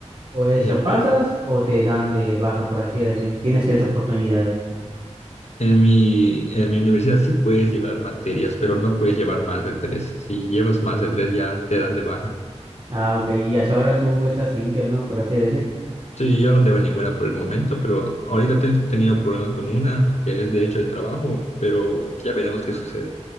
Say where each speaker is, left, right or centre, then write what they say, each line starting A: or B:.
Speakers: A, on the right (about 45°); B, on the left (about 70°).
A: O es
B: Ah, ya
A: lo
B: veo.
A: pasas o te dan de baja, por así decir. Tienes tres oportunidades.
B: En mi, en mi universidad sí puedes llevar materias, pero no puedes llevar más de tres. Si llevas más de tres ya te dan de baja.
A: Ah, ok. Y hasta ahora tú estás limpio, ¿no? Por así decir.
B: Sí, yo no debo ninguna por el momento, pero ahorita estoy teniendo problema con una, que es de hecho el trabajo, pero ya veremos qué sucede.